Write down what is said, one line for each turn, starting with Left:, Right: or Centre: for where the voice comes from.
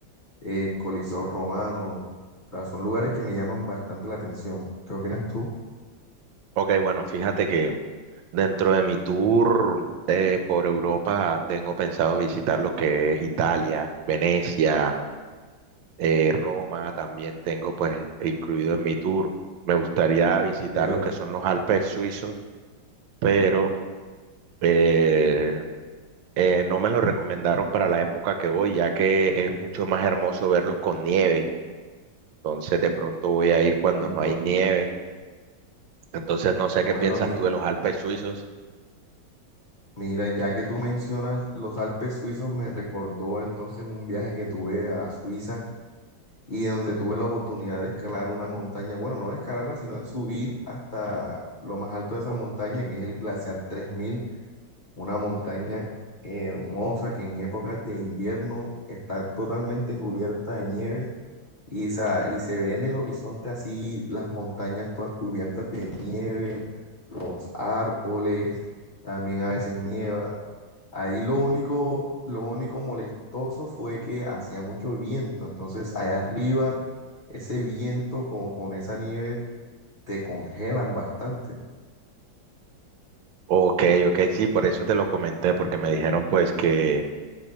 Left: eh, el Coliseo Romano. O sea, son lugares que me llaman bastante la atención. ¿Qué opinas tú?
Right: Ok, bueno, fíjate que dentro de mi tour eh, por Europa tengo pensado visitar lo que es Italia, Venecia eh, Roma también tengo pues incluido en mi tour. Me gustaría visitar
Left: Chévere.
Right: los que son los Alpes suizos, pero eh, eh, no me lo recomendaron para la época que voy, ya que es mucho más hermoso verlos con nieve. Entonces de pronto voy a ir
Left: Sí,
Right: cuando no
Left: claro.
Right: hay nieve. Entonces no sé
Left: Bueno,
Right: qué piensas
Left: mira,
Right: tú de los Alpes suizos.
Left: mira, ya que tú mencionas los Alpes suizos, me recordó entonces un viaje que tuve a Suiza y donde tuve la oportunidad de escalar una montaña, bueno, no de escalarla, sino de subir hasta lo más alto de esa montaña, que es el glaciar tres mil una montaña hermosa que en épocas de invierno está totalmente cubierta de nieve y, sa- y se ve en el horizonte así las montañas todas cubiertas de nieve, los árboles, también a veces nieva. Ahí lo único, lo único molestoso fue que hacía mucho viento, entonces allá arriba ese viento con, con esa nieve te congelan bastante.
Right: Ok, ok, sí, por eso te lo comenté, porque me dijeron pues que